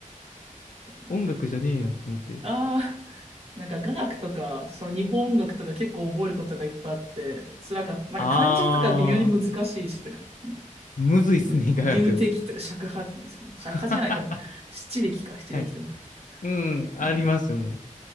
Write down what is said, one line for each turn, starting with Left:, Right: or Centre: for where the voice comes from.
Right: <laughs>
Left: 音楽じゃねえやと思って。
Right: ああ、<laughs> なんか雅楽とか、その日本音楽とか結構覚えることがいっぱいあって、辛かった。なんか漢字とか微妙に難しいし、
Left: あ
Right: とか、<laughs>
Left: ー、むずいっすね、
Right: ね流笛とか尺八、
Left: 雅楽。
Right: 尺八じゃないか、
Left: <laughs>
Right: 七力か、七力とか。
Left: はい。うん、ありますよね。
Right: うん